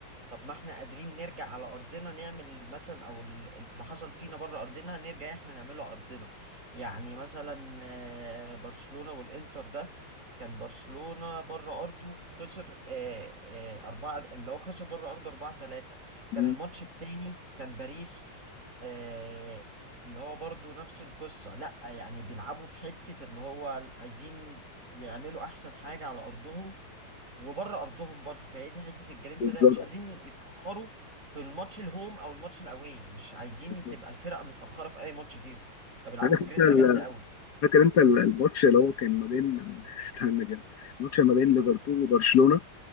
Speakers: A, on the right (about 35°); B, on the left (about 50°).
A: طب ما احنا قادرين نرجع على ارضنا نعمل مثلا او ال- اللي حصل فينا بره ارضنا نرجع احنا نعمله على ارضنا يعني مثلا آه، برشلونة والانتر ده كان برشلونة بره ارضه خسر آه، آه، اربعة اللي هو خسر بره ارضه 4 3
B: مم.
A: كان الماتش التاني كان باريس آه، اللي هو برضه نفس القصة لا يعني بيلعبوا بحتة اللي هو عايزين يعملوا احسن حاجة على ارضهم وبره ارضهم برضه فهي دي حته الجرينتا
B: بالظبط
A: ده مش عايزين يتاخروا في الماتش الهوم او الماتش الاواي مش عايزين
B: بالظبط.
A: تبقى الفرقه متاخره في اي ماتش فيهم فبيلعبوا
B: <laughs> عارف انت
A: بجرينتا جامده قوي
B: فاكر انت ال- الماتش اللي هو كان ما بين <laughs> استنى كده الماتش ما بين ليفربول وبرشلونه